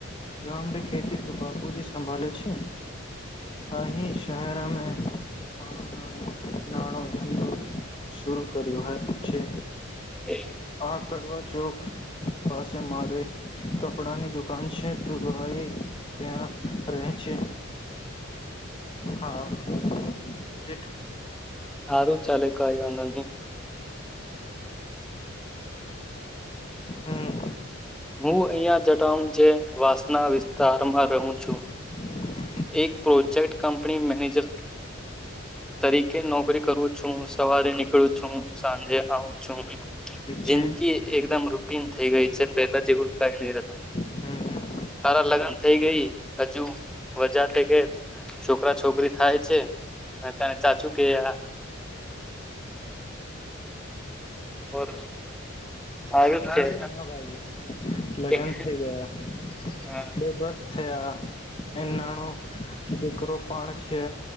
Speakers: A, on the left; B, in the centre.
A: ગામડે ખેતી તો બાપુજી સંભાલે છે અહી શહેરામાં મારો ના નાનો ધંધો શર કર્યો હે છે
B: એય
A: હા કડવા જોકસ પાસે મારે કપડાની દુકાન છે તુ ભાઈ ક્યાં રહે છે હા વિઝિટ
B: સારું ચાલે કઈ વાંધ નહી
A: હમ
B: હું અહિયાં જટ જે વાસના વિસ્તારમાં રહું છું
A: <unintelligible>
B: એક પ્રોજેકટ કંપની મેનેજર તરીકે નોકરી કરું છું સવારે નીકળું છું સાંજે આવું છું જિંદકી
A: છે
B: એકદમ રૂટીન થઇ ગઈ છે પહેલા જેવુ ઉલકાય નહીતો
A: હમ હમ
B: તારા લગન થઇ ગઈ હજુ મજા છે કે છોકરા છોકરી થાય છે અને તને ચાચું કે આ <inaudible> ઓર સારું જ
A: અરે ના ભાઈ લગન
B: છે
A: થઇ ગયા
B: હા
A: બે વર્ષ થયા એનાનું દીકરો પણ છે